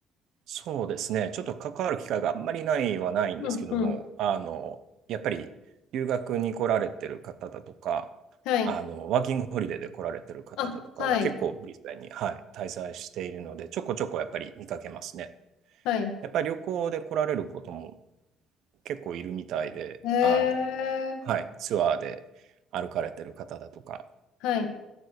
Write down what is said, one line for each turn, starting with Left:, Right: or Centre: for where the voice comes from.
Right: そうですね。ちょっと関わる機会があんまりないはないんですけども、
Left: うん、うん。
Right: あの、やっぱり留学に来られてる方だとか、
Left: はい。
Right: あの、ワーキングホリデーで来られてる方だとかは結構ブリスベンに、
Left: あ、はい。
Right: はい、滞在しているので、ちょこちょこやっぱり見かけますね。
Left: はい。
Right: やっぱり旅行で来られることも結構いるみたいで、
Left: へえ。
Right: あの、はい、ツアーで歩かれてる方だとか、
Left: はい。